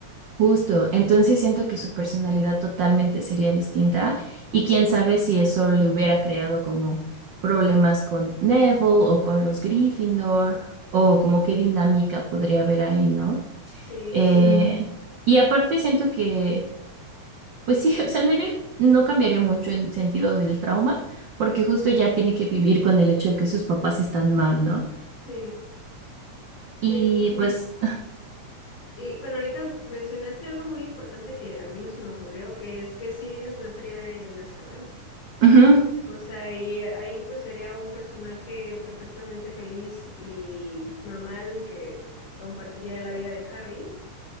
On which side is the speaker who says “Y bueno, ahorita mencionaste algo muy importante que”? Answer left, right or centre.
Left